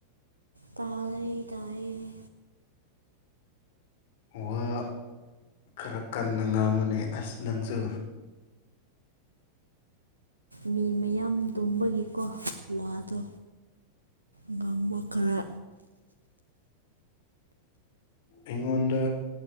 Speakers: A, on the right; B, on the left.
A: ꯇꯥꯔꯩ ꯇꯥꯏꯌꯦ
B: ꯋꯥ ꯈꯔ ꯀꯟꯅ ꯉꯥꯡꯉꯨꯅꯦ ꯑꯁ ꯅꯪꯖꯨ
A: ꯃꯤ ꯃꯌꯥꯝ ꯇꯨꯝꯕꯒꯤꯀꯣ ꯋꯥꯗꯣ ꯉꯥꯡꯕ ꯈꯔ
B: ꯑꯩꯉꯣꯟꯗ